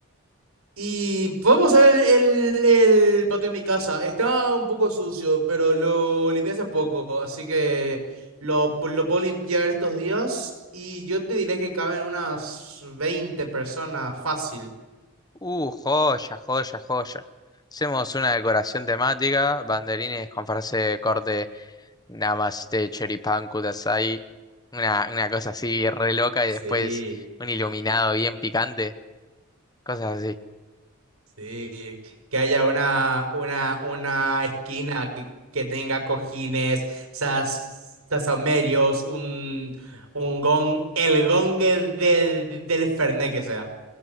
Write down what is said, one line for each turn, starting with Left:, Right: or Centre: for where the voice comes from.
Right: Y podemos ver el, el, el patio de mi casa. Está un poco sucio, pero lo limpié hace poco. Así que lo, lo puedo limpiar estos días. Y yo te diré que caben unas 20 personas fácil.
Left: Uh, joya, joya, joya. Hacemos una decoración temática, banderines con frase de corte Namaste Choripán Kudasai, una, una cosa así re loca
Right: Sí.
Left: y después un iluminado bien picante, cosas así.
Right: Sí, que haya una, una, una esquina que, que tenga cojines, sas, sasomerios, un, un gong, el gong de- de- del Fernet que sea.